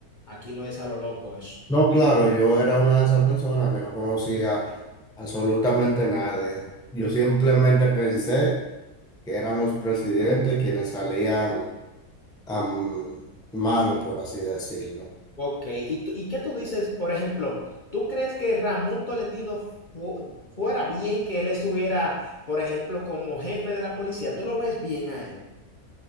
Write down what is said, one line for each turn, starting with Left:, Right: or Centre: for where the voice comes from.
Left: Aquí no es a lo loco eso.
Centre: No, claro, yo era una de esas personas que no conocía absolutamente nada. Yo simplemente pensé que eran los presidentes quienes salían am, malos, por así decirlo.
Left: Ok, ¿y, tú- y qué tú dices, por ejemplo, tú crees que Ramón Tolentino fu- fuera bien que él estuviera, por ejemplo, como jefe de la policía? ¿Tú lo ves bien a él?